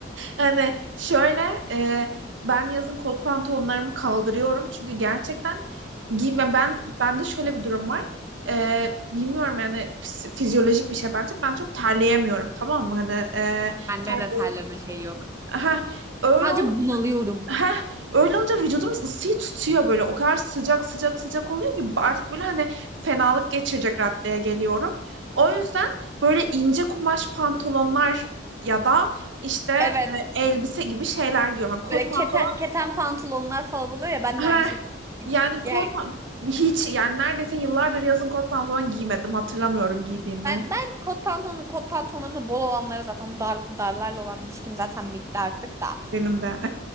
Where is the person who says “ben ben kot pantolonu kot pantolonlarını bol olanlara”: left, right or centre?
Right